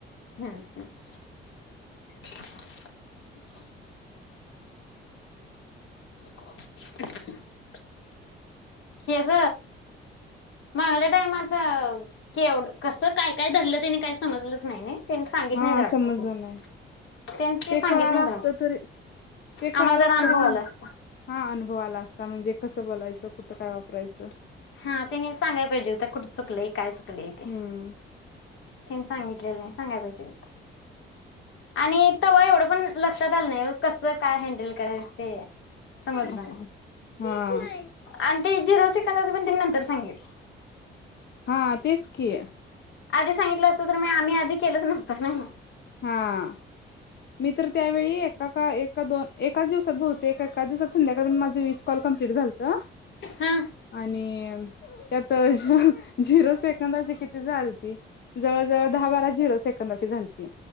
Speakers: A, on the left; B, on the left.
A: हम्म हम्म <inaudible> <inaudible> हेज मगल्या टायमाच एवढ कस काय काय धरलं त्यानी काही समजलंच नाही नाही. त्यांनी सांगित
B: हा
A: नाही वाटतं
B: समजलं
A: ते
B: नाही
A: त्यानी
B: ते
A: सांगित
B: कळाला
A: नाही वाटतं
B: असत तरी ते
A: आम्हाला
B: कळाला
A: जरा
B: अस
A: अनुभव
B: तरी म्हण
A: आला असता
B: हा अनुभ होवाला असता म्हणजे कसं बोलायचं कुठं काय वापरायचं.
A: हा त्यांनी सांगाय पाहिजे होत कुठं चुकलंय काय चुक लय ते
B: हम्म
A: तशी सांगितले नाही सांगा आणि तव्हा एवढं पण लक्षात आलं नाही कस काय हँडल करा ते समजल
B: अस
A: नाही.
B: हा
A: अन ते जीरोजे एकंदाच पण तेनी नंतर सांगितल.
B: हा तेच की
A: आधी सांगितलं असत तर मग आम्ही आधी केलंच नस त ना
B: हा मी तर त्यावेळी एका का एका दोन एकाच दिवसात बहुतेक एका दिवसात संध्याकाळी माझं वीस कॉल कम्प्लिट झालतं.
A: हा
B: आणि त्यात झिरो सेकंदाचे किती झाल ते. जवळजवळ दहा बारा झिरो सेक - कोणाची झाालती